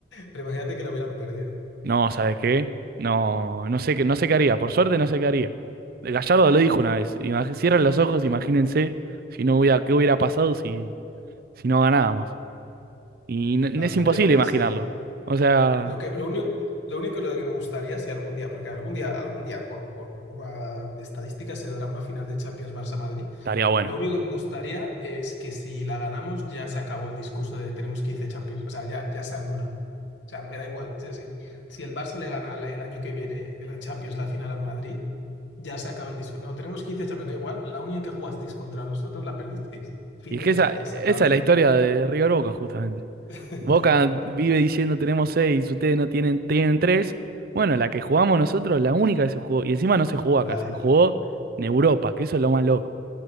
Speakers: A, on the left; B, on the right.
A: Pero imagínate que lo hubieran perdido.
B: No, ¿sabes qué? No, no sé qué, no sé qué haría. Por suerte no sé qué haría. Gallardo lo dijo una vez. Imag- cierren los ojos, imagínense si no hubiera, qué hubiera pasado si, si no ganábamos. Y n-
A: No,
B: es
A: yo,
B: imposible
A: yo lo pensé
B: imaginarlo.
A: y no.
B: O sea,
A: Lo que, lo único, lo único lo que me gustaría si algún día, porque algún día, algún día, por, por pura estadística, se dará una final de Champions Barça-Madrid.
B: estaría bueno.
A: Lo único que me gustaría es que si la ganamos ya se acabó el discurso de tenemos 15 Champions. O sea, ya, ya se anula. O sea, me da igual. O sea, si, si el Barça le gana la- el año que viene de la Champions la final al Madrid, ya se acaba el discurso. No, tenemos 15 Champions, da igual. La única que jugasteis contra nosotros la perdisteis. Fin
B: Y es
A: de
B: que
A: la
B: esa,
A: historia
B: esa
A: y se acaba la...
B: es
A: his-
B: la historia de River Boca, justamente.
A: <laughs>
B: Boca vive diciendo tenemos seis, ustedes no tienen, tienen tres. Bueno, la que jugamos nosotros, la única que se jugó, y encima no se jugó
A: Claro,
B: acá, se jugó en Europa, que eso es lo más loco.